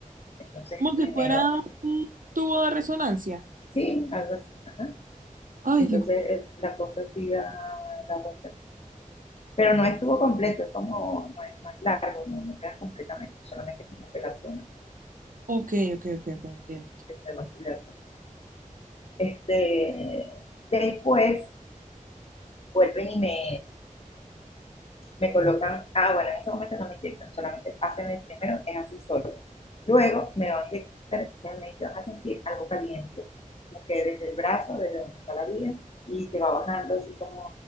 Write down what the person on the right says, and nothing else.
Como
si fuera un tubo de resonancia.
Ay,
Dios.
Ok, ok, ok, ok, entiendo.